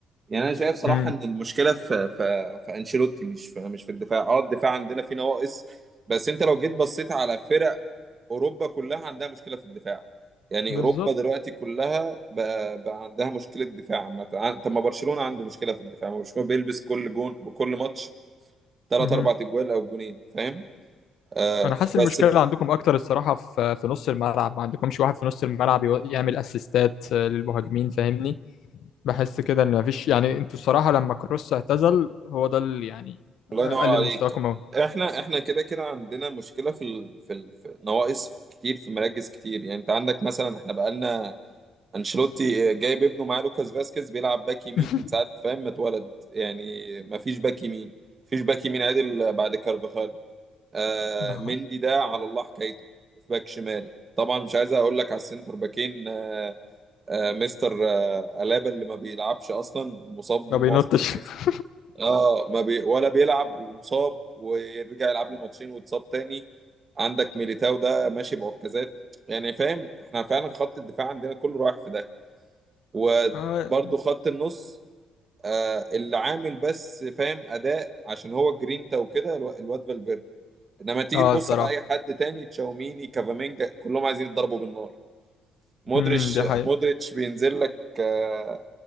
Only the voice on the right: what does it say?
يعني انا شايف صراحه
ان المشكله في في في انشيلوتي مش في مش في الدفاع اه الدفاع عندنا فيه نواقص بس انت لو جيت بصيت على فرق اوروبا كلها عندها مشكله في الدفاع يعني
اوروبا دلوقتي كلها بقى, بقى عندها مشكله دفاع عامة. عن- طب ما برشلونه عنده مشكله في الدفاع ما برشلونه بيلبس كل جون بكل ماتش ثلاث
اربع اجوال او جونين فاهم آه
بس
الله ينور
عليك
احنا احنا كده كده عندنا مشكله في ال... في, ال... في نواقص كتير في مراكز كتير يعني انت عندك مثلا احنا بقالنا انشيلوتي جايب ابنه معاه لوكاس فاسكيز بيلعب باك يمين
من ساعه فاهم ما اتولد يعني ما فيش باك يمين مفيش باك يمين عدل بعد كارفاخال آه
مندي ده على الله حكايته في باك شمال طبعا مش عايز اقول لك على السنتر باكين آه آه مستر آه الابا اللي ما بيلعبش اصلا مصاب
معظم
الموسم
اه ما بي ولا بيلعب ومصاب ويرجع يلعب له ماتشين ويتصاب تاني عندك ميليتاو ده ماشي بعكازات يعني فاهم احنا فعلا خط الدفاع عندنا كله رايح في ده وبرضه
خط النص آه اللي عامل بس فاهم اداء عشان هو جرينتا وكده الو- الواد فالفيردي انما تيجي
تبص
على اي حد تاني تشاوميني كافامينجا كلهم عايزين يتضربوا بالنار مودريتش
مودريتش بينزل لك آه